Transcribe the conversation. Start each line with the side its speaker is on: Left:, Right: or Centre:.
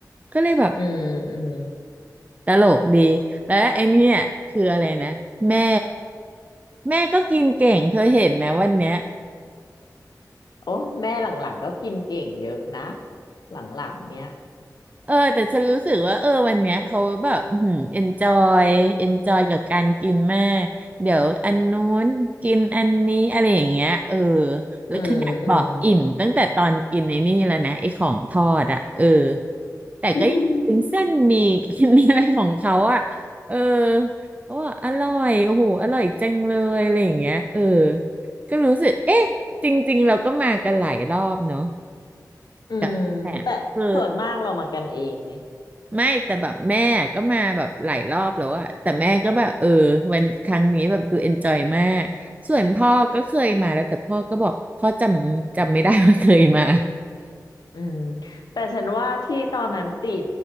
Right: ก็เลยแบบ
Left: อืมอืม
Right: ตลกดีแล้วไอ้เนี่ยคืออะไรนะแม่แม่ก็กินเก่งเธอเห็นไหมวันเนี้ย
Left: โอ้แม่หลังๆก็กินเก่งเยอะนะหลังๆเนี้ย
Right: เออแต่ฉันรู้สึกว่าเออวันเนี้ยเขาแบบอืมเอนจอยเอนจอยกับการกินมากเดี๋ยวอันนู้นกินอันนี้อะไรอย่างเงี้ยเออแล้วขนาดบอกอิ่มตั้งแต่ตอนกินในนี่แล้วนะไอ้ของทอดอ่ะเออ
Left: อืมอืม
Right: แต่ก็ยังกินเส้นหมี่
Left: <laughs>
Right: <laughs> กินอะไรของเขาอ่ะเออเขาบอกอร่อยโอ้โหอร่อยจังเลยอะไรอย่างเงี้ยเออก็รู้สึกเอ๊ะจริงๆเราก็มากันหลายรอบเนาะ
Left: อืม
Right: แต่แต่เออ
Left: แต่ส่วนมากเรามากันเองไง
Right: ไม่แต่แบบแม่ก็มาแบบหลายรอบแล้วอะแต่แม่ก็แบบเออวันครั้งนี้แบบดูเอนจอยมากส่วนพ่อก็เคยมาแล้วแต่พ่อก็บอกพ่อจำจำไม่ได้ว่าเคยมา
Left: อืมแต่ฉันว่าที่ตอนนั้นตี